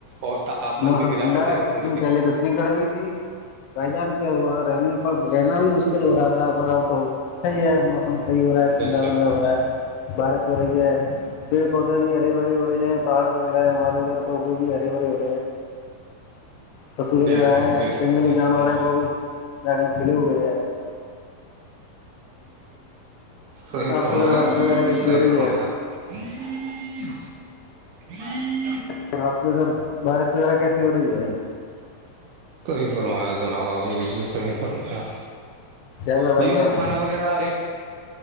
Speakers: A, on the right; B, on the left.
A: اور تاپمان
B: موسم
A: میں گراوٹ
B: ٹھنڈا
A: دیکھنے
B: ہے کچھ
A: کو
B: دن پہلے تو اتنی گرمی تھی بھائی جان کیا ہوا رہنے پر رہنا بھی مشکل ہو رہا تھا پر اب تو صحیح ہے کم صحیح ہو رہا
A: ملی
B: ہے ٹھنڈا
A: بے شک
B: ونڈا ہو رہا ہے بارش ہو رہی ہے پیڑ پودے بھی ہرے بھرے ہو رہے ہیں پہاڑ وغیرہ ہمارے ادھر توو بھی ہے بھرے ہو رہے پشو وغیرہ
A: بے شک
B: ہے
A: بے
B: جنگلی
A: شک صحیح
B: جانور
A: فرمایا
B: ہیں وہ بھی لگن کلو ہو
A: صحیح فرمایا
B: کے ادھر بارش
A: آپ نے
B: وغیرہ
A: بالکل
B: کیسی
A: صحیح
B: ہو رہی
A: فرمایا
B: ہے
A: ہ ہ <unintelligible>
B: تو آپ کے ادھر بارش وغیرہ کیسی ہو رہی ہے
A: صحیح فرمایا جناب آپ نے بالکل صحیح فرمایا
B: کیا ہوا بھائی
A: یہ
B: جان
A: اور کھانا وغیرہ